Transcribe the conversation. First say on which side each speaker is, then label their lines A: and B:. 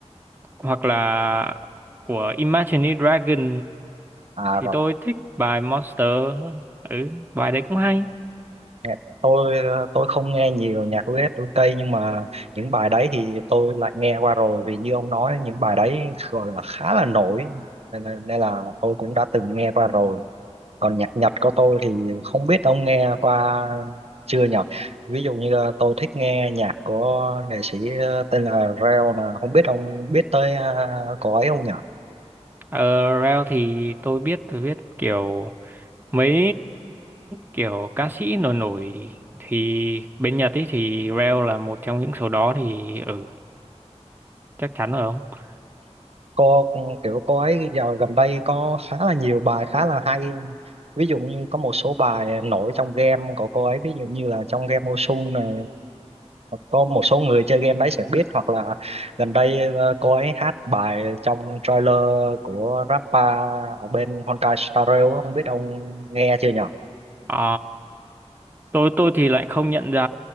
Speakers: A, on the right; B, on the right.
A: hoặc là của Imagine Dragon
B: À
A: thì
B: rồi,
A: tôi thích bài Monster ừ bài đấy cũng hay
B: nghe- tôi ờ, tôi không nghe nhiều nhạc US UK nhưng mà những bài đấy thì tôi lại nghe qua rồi vì như ông nói những bài đấy gọi là khá là nổi nên, là- nên là tôi cũng đã từng nghe qua rồi. Còn nhạc Nhật của tôi thì không biết ông nghe qua chưa nhỉ? Ví dụ như ờ, tôi thích nghe nhạc của nghệ sĩ ờ, tên là Reo là không biết ông biết tới ờ, cậu ấy không nhỉ?
A: ở Rel thì tôi biết tôi biết kiểu mấy kiểu ca sĩ nổi nổi thì bên Nhật ấy thì Rel là một trong những số đó thì ừ chắc chắn rồi không
B: cô kiểu cô ấy giờ gần đây có khá là nhiều bài khá là hay ví dụ như có một số bài nổi trong game của cô ấy ví dụ như là trong game Osu này có một số người chơi game đấy sẽ biết hoặc là gần đây ờ, cô ấy hát bài trong trailer của rapper ở bên Honkai Star Rail á, không biết ông nghe chưa nhở
A: à, tôi tôi thì lại không nhận ra